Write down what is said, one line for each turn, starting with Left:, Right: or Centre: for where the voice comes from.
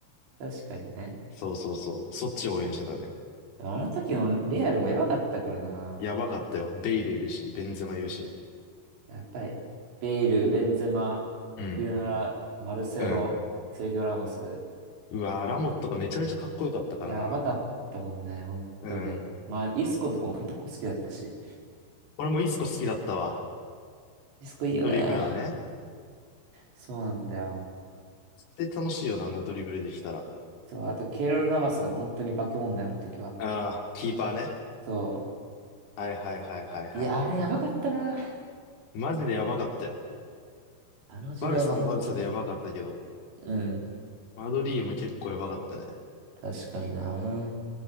Right: 確かにね。
Left: そうそうそう、そっちを応援してたね。
Right: でもあの時のレアルもやばかったからな。
Left: やばかったよ。ベイルいるし、ベンゼマいるし。
Right: やっぱり、ベイル、ベンゼマ、
Left: うん。
Right: クユナラ、マルセロ、
Left: うん。
Right: セルヒオ・ラモス。
Left: うわ、ラモットがめちゃめちゃかっこよかったからな。
Right: やばかったもんね、本当に。
Left: うん。
Right: まあ、イスコとかも結構好きだったし。
Left: 俺もイスコ好きだったわ。
Right: イスコいいよね。
Left: ドリブラーね。
Right: そうなんだよ。
Left: で、楽しいよな、あんなドリブルできたら。
Right: そう、あと、ケイロル・ナバスが本当に化け物だよ、あの時は。
Left: ああ、キーパーね。
Right: そ
Left: はいはいはいはいはい。
Right: う。いや、あれやばかったな。
Left: マジでやばかったよ。
Right: あの時代は本当に。
Left: バルサもバルサでやばかったけど、
Right: うん。
Left: マドリーも結構やばかったね。
Right: 確かにな。うん。